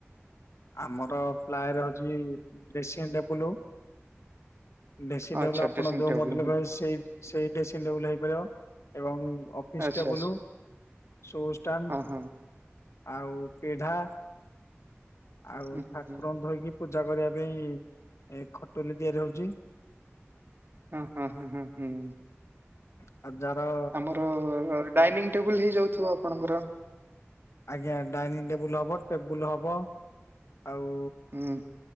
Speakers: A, on the left; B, on the right.
A: ଆମର ପ୍ଲାଏ ରେ ହଉଚି ଡ୍ରେସିଂ ଟେବୁଲ ଡ୍ରେସିଂଟେବୁଲ
B: ଆଚ୍ଛା
A: ଆପଣ
B: ଡ୍ରେସିଂ
A: ଯୋଉ
B: ଟେବୁଲ
A: ମଡେଲ
B: ହୁଁ
A: କହିବେ ସେଇ ସେଇ ଡ୍ରେସିଂଟେବୁଲ ହେଇପାରିବ। ଏବଂ ଅ ଫିସ୍
B: ଆଚ୍ଛା
A: ଟେବଲୁ,
B: ଆଚ୍ଛା
A: ସୁ ଷ୍ଟାଣ୍ଡ୍
B: ହଁ ହଁ
A: ଆଉ ପିଢା। ଆଉ
B: ହୁଁ
A: ଠାକୁରଙ୍କୁ
B: ହୁଁ।
A: ଧୋଇକି ପୂଜା କରିବା ପାଇଁ ଏ ଖଟୁଲି ତିଆରି ହଉଚି।
B: ହଁ, ହଁ, ହଁ, ହଁ, ହୁଁ, ହୁଁ।
A: ଆଉ ଯାହାର
B: ଆମର ଡାଇନିଂ ଟେବୁଲ୍ ହେଇଯାଉଥିବ ଆପଣଙ୍କର?
A: ଆଜ୍ଞା ଡାଇନିଂ ଟେବୁଲ୍ ହବ, ଟେବୁଲ୍ ହବ। ଆଉ
B: ହୁଁ